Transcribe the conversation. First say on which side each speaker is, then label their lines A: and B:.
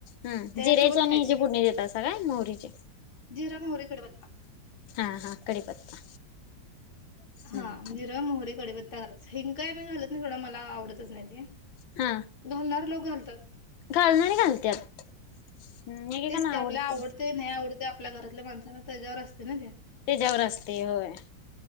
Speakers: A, on the left; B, on the left.
A: हम
B: त्यासोबत
A: जिऱ्याची आणि
B: खायची
A: ह्यजी फोडणी देतासा काय मोहरीची
B: जिरा मोहरी कडीपत्ता
A: हा हा. कडीपत्ता. हम्म
B: हा जिर, मोहरी, कडीप घालायचं, हिंग काय मी घालत नाही थोडं मला आवडतच नाही ते.
A: हा
B: घालणारी लोक घालत तर
A: घालणारे घालत्यात. हम्म एकेकांना
B: तेच कि
A: आवडतंय
B: आपल्याला आवडतय नाही आवडतय आप आपल्या घरातल्या माणसांना त्याच्यावर असतयं ना ते.
A: त्याच्यावर असतंय होय.